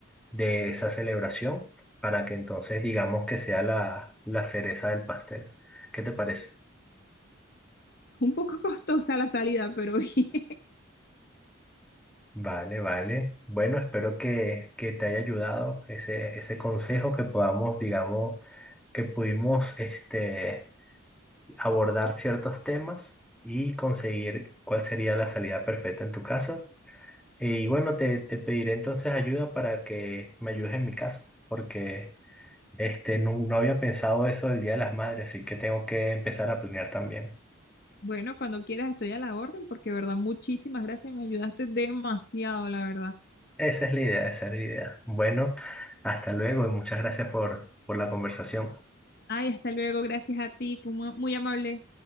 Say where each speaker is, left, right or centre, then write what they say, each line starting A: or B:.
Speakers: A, in the centre; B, on the left.
A: de esa celebración, para que entonces digamos que sea la, la cereza del pastel. ¿Qué te parece?
B: <laughs> Un poco costosa la salida, pero bien. <laughs>
A: Vale, vale. Bueno, espero que, que te haya ayudado ese, ese consejo, que podamos, digamos, que pudimos este, abordar ciertos temas y conseguir cuál sería la salida perfecta en tu caso. Y bueno, te, te pediré entonces ayuda para que me ayudes en mi caso, porque Este, no, no había pensado eso del Día de las Madres, así que tengo que empezar a planear también.
B: Bueno, cuando quieras estoy a la orden, porque de verdad, muchísimas gracias, me ayudaste demasiado, la verdad.
A: Esa es la idea, esa es la idea. Bueno, hasta luego y muchas gracias por, por la conversación.
B: Ay, hasta luego, gracias a ti, que mu- muy amable.